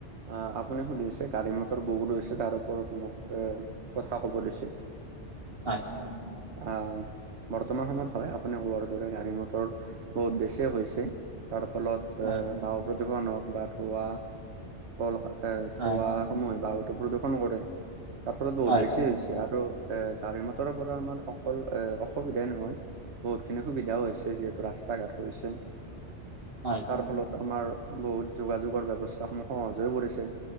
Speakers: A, on the right (about 70°); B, on the right (about 50°).
A: অ আপুনি সুধিছে গাড়ী মটৰ বহুত হৈছে তাৰ ওপৰত মোক কথা কব দিছে।
B: হয়
A: অ বৰ্তমান সময়ত হয় আপুনি কোৱাৰ দৰে গাড়ী মটৰ বহুত বেছি হৈছে তাৰ ফলত
B: হয়
A: এ বায়ু প্ৰদূষণ হওক বা ধোৱা কল এ
B: হয়
A: ধোৱা সময় বায়ু প্ৰদূষণ কৰে তাৰ ফলত বহুত
B: হয়
A: বেছি হৈছে আৰু এ গাড়ী মটৰৰ পৰা আমাৰ অকল এ অসুবিধাই নহয় বহুতখিনি সুবিধাও হৈছে যিহেতু ৰাস্তা ঘাট হৈছে।
B: হয়
A: তাৰ ফলত আমাৰ বহুত যোগাযোগৰ ব্যৱস্থাসমূহ সহজ হৈ পৰিছে